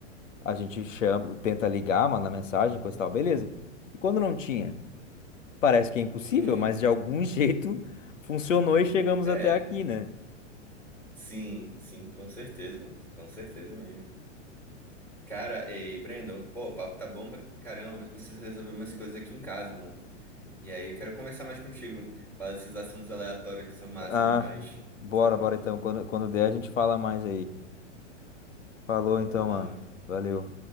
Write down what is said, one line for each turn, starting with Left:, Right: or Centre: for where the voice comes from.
Left: a gente chama, tenta ligar, manda mensagem, coisa e tal, beleza. E quando não tinha, parece que é impossível,
Centre: Hum,
Left: mas de algum <laughs> jeito funcionou e chegamos
Centre: é,
Left: até aqui, né?
Centre: sim, sim, com certeza, mano. Com certeza mesmo. Cara, ei, Brandon, pô, o papo tá bom pra caramba, mas eu preciso resolver umas coisas aqui em casa, mano. E aí, eu quero conversar mais contigo. Falar desses assuntos aleatórios que são massa
Left: Ah,
Centre: demais.
Left: bora,
Centre: Sempre
Left: bora
Centre: bom.
Left: então. Quando, quando der, a gente fala mais aí. Falou
Centre: Falou,
Left: então,
Centre: mano.
Left: mano. Valeu.